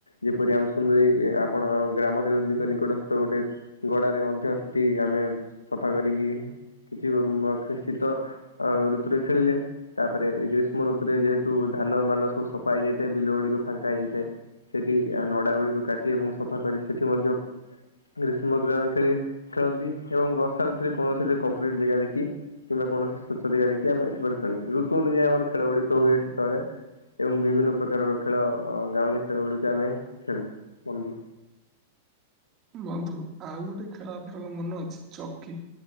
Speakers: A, on the left; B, on the right.
A: ଯେପରି ଆମେ ସୁନ୍ଦରୀ ଆପଣ ଗ୍ରାମ ଦେବୀଙ୍କ ନିକଟସ୍ଥ ଗୋଟେ ଗଡାରେ ମଧ୍ୟ ସେଠି ଆମେ ସଫା କରିକି କିଛି ମ ଶୀତ ଋତୁରେ ଖେଳିଲେ। ତାପରେ ଏ ଯୋଉ ଗ୍ରୀଷ୍ମ ଋତୁରେ ଯେହେତୁ ଧାନ ମାନ ସବୁ ସଫା ହେଇଯାଇଥାଏ ବିଲ ଗୁଡ଼ିକ ଫାଙ୍କା ହେଇ ଯାଇଥାଏ। ସେଠି ଆ ନଡା ଗୁଡିକୁ କାଟି ଏବଂ ସଫା କରି ସେଠି ମଧ୍ୟ ଗ୍ରୀଷ୍ମ <unintelligible> ଖେଳନ୍ତି ଏବଂ ବର୍ଷାରୂତୁରେ କୌଣସି ଯେ କଂକ୍ରିଟ ଜେଗା ଦେଖି କିମ୍ବା କୌଣସି ସ୍ୱଚ୍ଛ ଜେଗା ଦେଖି ଆମେ ସେପଟ ଖେଳନ୍ତି। ଋତୁ ଅନୁଯାୟୀ ଆମର ଖେଳ ଗୁଡିକ ହୁଏ ସେତେବେଳେ। ଏବଂ ବିଭିନ୍ନ ପ୍ରକାରର ଖେଳ ଗାଁଉଲି ଖେଳ ଗୁଡିକ ଆମେ ଖେଳୁ ବନ୍ଧୁ।
B: ବନ୍ଧୁ ଆଉ ଗୋଟେ ଖେଳ ଆପଣଙ୍କ ମନ ଅଛି ଚକି?